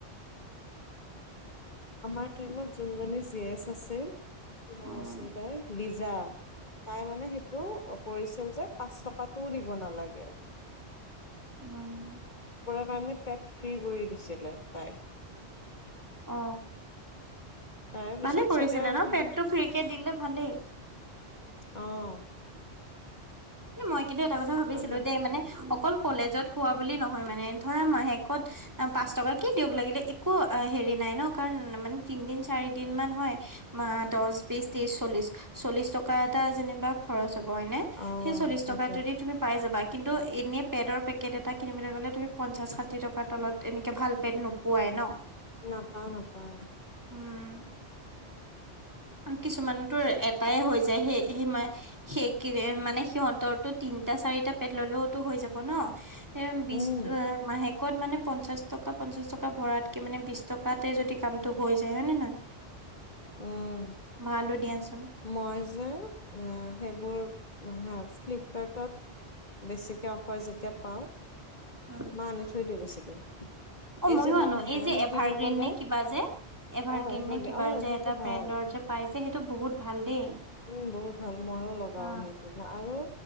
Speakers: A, on the left; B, on the right.
A: <unintelligible> আমাৰ টাইমত যোনজনী জি এচ আছিল স নাম
B: উম
A: আছিল তাৰ লিজা। তাই মানে সেইটো কৰিছিল যে পাঁচ টকাটোও দিব নালাগে?
B: উম
A: মানে পেট ফ্ৰী কৰি দিছিলে তাই।
B: অ
A: তাৰে পিছত
B: ভালে কৰিছিলে
A: চাগে আৰু
B: ন
A: নাহে
B: পেটটো ফ্ৰীকে দিলে ভালেই?
A: অঁ
B: মই কিন্তু এটা কথা ভাবিছিলো
A: নাই
B: দে মানে অকল কলেজত। খোৱা বুলি নহয় মানে, ধৰা মাহেকত পাঁচ টকা কে দিয়ক লাগিলে একো হেৰি নাই ন, কাৰণ- উম' মানে তিনদিন চাৰি দিন মান হয়। অ দশ, বিশ, ত্ৰিশ, চল্লিশ, চল্লিশ টকা এটা যেনিবা খৰচ হ'ব হয়নে।
A: অ
B: সেই চল্লিশ
A: সেইটোৱে
B: টকাতোয়েদি তুমি পাই যাবা। কিন্তু এনে পেডৰ পেকেট এটা কিনিবলৈ গ'লে তুমি পঞ্চাশ, ষাঠি টকাৰ তলত এনেকে ভাল পেড নোপোৱাই ন।
A: নাপাওঁ নাপাওঁ।
B: উম আৰু কিছুমানতো এটাই হৈ যায়, সেই সেই সেই কি মানে সিহঁতৰটো তিনটা, চাৰিটা পেট ললেওতো হৈ যাব ন। এ বি'
A: উম
B: মাহেকত মানে- পঞ্চাশ টকা, পঞ্চাশ টকা ভৰাতকে মানে বিশ টকাতে যদি কামটো হৈ যায় হয়ে নে নহয়।
A: উম'
B: ভালো দিয়াচোন
A: মই যে আহ' সেইবোৰ হা' ফ্লিপকাৰ্টত বেছিকে অফাৰ যেতিয়া পাওঁ-
B: উম
A: মা আনি থৈ দিওঁ বেছিকে।
B: অ
A: এই
B: ময়ো
A: যে মই
B: আনো,
A: মাহে
B: এই
A: মাহে
B: যে এভাৰগ্ৰীণ
A: কিনিবলে
B: নে কিবা যে, এভাৰগ্ৰীণ
A: অ এভাৰ
B: নে কিবা
A: অ
B: যে
A: সেইটো
B: এটা-
A: ভাল
B: ব্ৰেণ্ডন যে পাই যে, সেইটো বহুত ভাল দেই।
A: উম বহুত ভাল, ময়ো লগাও
B: অ
A: সেইটো আৰু